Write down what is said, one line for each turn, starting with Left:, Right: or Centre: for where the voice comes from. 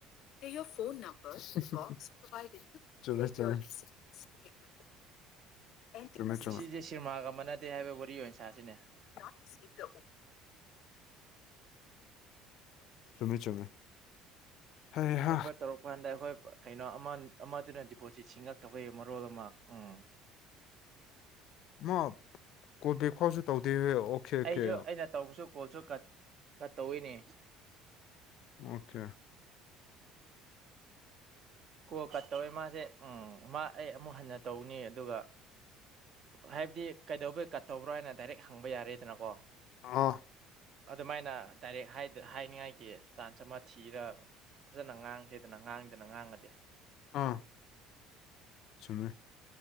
Left: <unintelligible> ꯆꯨꯝꯃꯦ ꯆꯨꯝꯃꯦ <inaudible> ꯆꯨꯝꯃꯦ
Right: ꯄꯨꯟꯁꯤꯁꯦ
Left: ꯆꯨꯝꯃꯦ
Right: ꯁꯤꯔꯃꯥꯒ ꯃꯥꯟꯅꯗꯦ ꯍꯥꯏꯕ ꯋꯥꯔꯤ ꯑꯣꯏ ꯁꯥꯁꯤꯅꯦ
Left: <unintelligible> ꯆꯨꯝꯃꯦ ꯆꯨꯝꯃꯦ ꯍꯩꯍꯥ
Right: ꯁꯦꯝꯕ ꯇꯧꯔꯛꯄꯀꯥꯟꯗ ꯑꯈꯣꯏ ꯀꯩꯅꯣ ꯑꯃ ꯑꯃꯗꯨꯅ ꯗꯤꯄꯣꯖꯤꯠ ꯁꯤꯡꯉꯛꯇꯕꯩ ꯃꯔꯣꯜ ꯑꯃ ꯎꯝ
Left: ꯃꯥ ꯀꯣꯜ ꯕꯦꯛ ꯐꯥꯎꯁꯨ ꯇꯧꯗꯦ ꯑꯣꯀꯦ ꯑꯣꯀꯦ
Right: ꯑꯩꯖꯨ ꯑꯩꯅ ꯇꯧꯕꯁꯨ ꯀꯣꯜꯁꯨ ꯀꯠ ꯀꯠ ꯇꯧꯋꯦꯅꯦ
Left: ꯑꯣꯀꯦ
Right: ꯀꯣꯜ ꯀꯠ ꯇꯧꯋꯦ ꯃꯥꯁꯦ ꯎꯝ ꯃꯥ ꯑꯩ ꯑꯃꯨꯛ ꯍꯟꯅ ꯇꯧꯅꯤ ꯑꯗꯨꯒ ꯍꯥꯏꯕꯗꯤ ꯀꯩꯗꯧꯕꯩ ꯀꯠ ꯇꯧꯕ꯭ꯔꯣ ꯍꯥꯏꯅ ꯗꯥꯏꯔꯦꯛ ꯍꯪꯕ ꯌꯥꯔꯦꯗꯅꯀꯣ
Left: ꯑꯥ
Right: ꯑꯗꯨꯃꯥꯏꯅ ꯗꯥꯏꯔꯦꯛ ꯍꯥꯢ ꯍꯥꯏꯅꯤꯡꯉꯥꯏꯒꯤ ꯆꯥꯟꯁ ꯑꯃ ꯊꯤꯔ ꯐꯖꯅ ꯉꯥꯡꯁꯦꯗꯅ ꯉꯥꯡꯗꯅ ꯉꯥꯡꯉꯗꯤ
Left: ꯑꯥ ꯆꯨꯝꯃꯦ